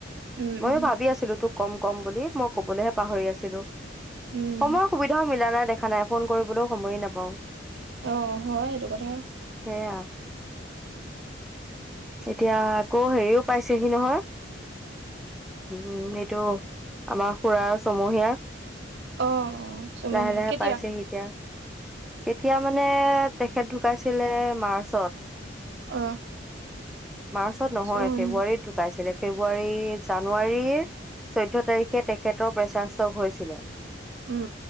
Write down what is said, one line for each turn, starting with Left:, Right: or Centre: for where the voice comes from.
Right: উম
Centre: ময়ো
Right: উম
Centre: ভাবি আছিলো তোক কম- ক'ম বুলি মই কবলৈহে পাহৰি আছিলো।
Right: উম
Centre: সময়ৰ সুবিধাও মিলা নাই দেখা নাই। ফোন কৰিবলৈও সময়ে নাপাওঁ
Right: আহ হয় এইটো কথা।
Centre: সেয়া এতিয়া আকৌ হেৰিও পাইছেহি নহয় উম এইটো আমাৰ খুৰাৰ চমহীয়া,
Right: আহ অ চমহীয়া
Centre: লাহে লাহে
Right: কেতিয়া
Centre: পাইছেহি এতিয়া কেতিয়া মানে তেখেত ঢুকাইছিলে মাৰ্চত
Right: অ
Centre: মাৰ্চত নহয়
Right: উম
Centre: ফেব্ৰুৱাৰীত ঢুকাইছিলে ফেব্ৰুৱাৰী জানুৱাৰীৰ চৈধয় তাৰিখে তেখেতৰ প্ৰেচাৰ ষ্টক হৈছিলে।
Right: উম